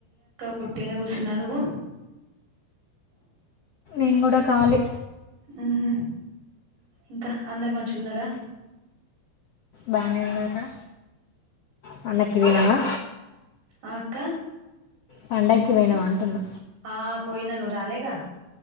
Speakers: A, on the right; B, on the left.
A: వొట్టిగినే కూసున్న నువ్వు
B: నేను గుడా కాలి
A: ఊహుం ఇంకా అందరు మంచిగున్నారా?
B: బానే ఉన్నారు రా పండకి పోయినవా
A: ఆ అక్క
B: పండక్కి వేనావా అంటున్నా
A: ఆ పోయిన నువు రాలేగా